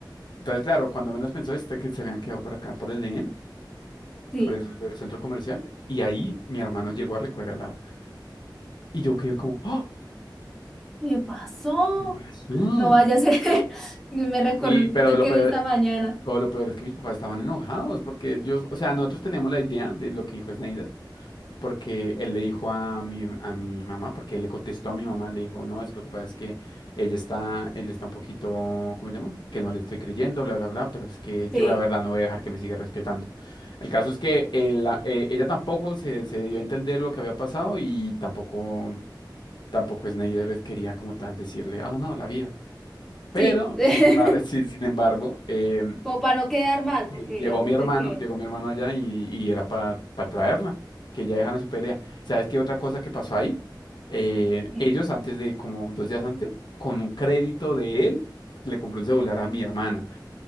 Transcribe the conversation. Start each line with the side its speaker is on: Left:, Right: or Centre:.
Left: Entonces, claro, cuando menos pensó este que se habían quedado por acá, por el EN,
Centre: Sí,
Left: por el, el centro comercial, y ahí mi hermano llegó a recoger al agua. Y yo quedé como, ¡Oh!
Centre: me pasó.
Left: ¿Qué pasó?
Centre: No vaya a ser. <laughs> Me recordé
Left: Y,
Centre: un
Left: pero
Centre: TikTok
Left: lo
Centre: que
Left: peor,
Centre: vi esta mañana.
Left: Pero lo peor es que mis papás estaban enojados porque ellos, o sea, nosotros teníamos la idea de lo que dijo Snyder, porque él le dijo a mi, a mi mamá, porque él le contestó a mi mamá, le dijo, no, es que lo que pasa es que ella está, ella está un poquito, ¿cómo se llama? Que no le estoy creyendo, bla, bla, bla, pero es que yo
Centre: Sí,
Left: la verdad no voy a dejar que me siga respetando. El caso es que él la- eh, ella tampoco se, se dio a entender lo que había pasado y tampoco, tampoco Snyder quería como tal decirle, ah, no, la vida. Pero,
Centre: sí. <laughs>
Left: sin embargo, <laughs> sin embargo, eh,
Centre: Como para no quedar mal,
Left: Sí,
Centre: porque digamos
Left: llegó mi hermano,
Centre: de que.
Left: llegó mi hermano allá y, y era para traerla, que ya dejan a su pelea. ¿Sabes qué otra cosa que pasó ahí? Eh,
Centre: que-
Left: ellos antes de, como dos días antes, con un crédito de él, le compró un celular a mi hermana.